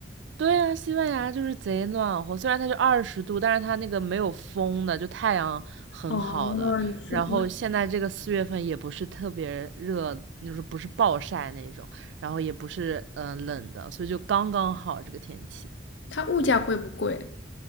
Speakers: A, on the right; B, on the left.
A: 对呀，西班牙就是贼暖和，虽然它就二十度，但是它那个没有风的，就太阳很好的。
B: 哦，你是没
A: 然后现在这个四月份也不是特别热，就是不是暴晒那种，然后也不是嗯、呃冷的，所以就刚刚好这个天气。
B: 它物价贵不贵？